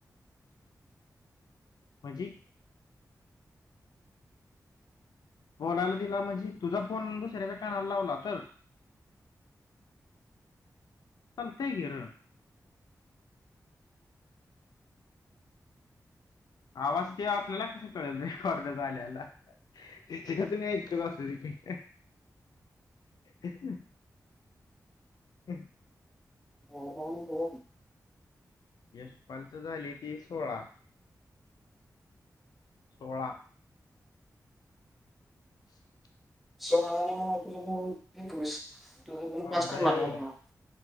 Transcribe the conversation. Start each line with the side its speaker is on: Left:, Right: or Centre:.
Left: म्हणजे? बोलायला दिला म्हणजे तुझा फोन दुसऱ्याच्या कानाला लावला तर चालतंय की र. आवाज ते आपल्याला कस कळेल रेकॉर्ड झालेला? तिच्याकस मी क्रॉस ऐकत असली <unintelligible> <unintelligible>
Centre: हो <unintelligible>
Left: यशपालच झाली की सोळा सोळा, <inaudible>
Centre: <unintelligible>
Left: माझा येऊ